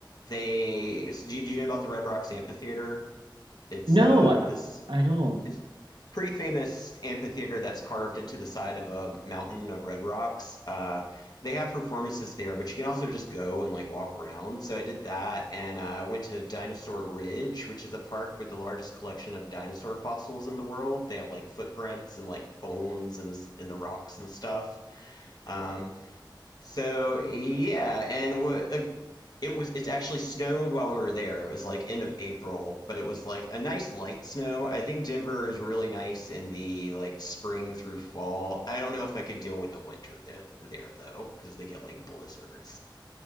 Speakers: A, on the left; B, on the right.
A: they, do you, do you know about the Red Rocks Amphitheater? It's
B: No,
A: uh,
B: I,
A: this
B: I don't.
A: it's pretty famous amphitheater that's carved into the side of a mountain of red rocks. Uh, they have performances there, but you can also just go and like walk around. So I did that, and uh, I uh, went to Dinosaur Ridge, which is a park with the largest collection of dinosaur fossils in the world. They have like footprints and like bones in the in the rocks and stuff. Um, so yeah, and what uh, it was it actually snowed while we were there. It was like end of April, but it was like a nice light snow. I think Denver is really nice in the like spring through fall. I don't know if I could deal with the winter there, there though, because they get like blizzards.